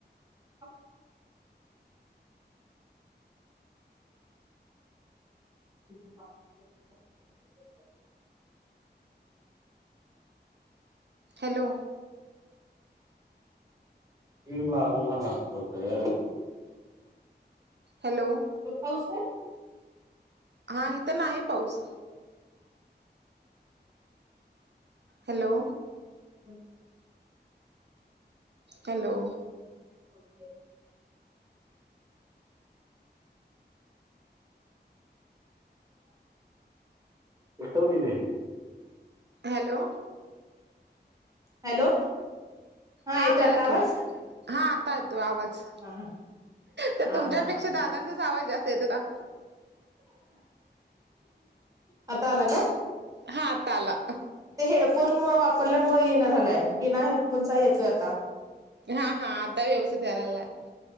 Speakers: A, on the right; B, on the right.
A: ह <unintelligible>
B: हॅलो.
A: ह लागूनला हासतय.
B: हॅलो.
A: हो सर.
B: हा इथं नाही पाऊस हॅलो
A: हम्
B: हॅलो!
A: <unintelligible> े एकव क नाही.
B: हॅलो
A: हॅलो हा
B: हां
A: येतोय
B: बोलाक
A: आता आवाज
B: हां आता येतो आवाज.
A: हा हा
B: तर
A: हा
B: तुमच्यापेक्षा
A: हा हा
B: दादांचाच आवाज जास्त येत होता.
A: आता आला का?
B: हा आता आला.
A: ते हेडफोन वापरल्यामुळे ये न झालाय बिना हेडफोनचा येतोय आता.
B: हा हा आता व्यवस्थित येईयला लागलाय.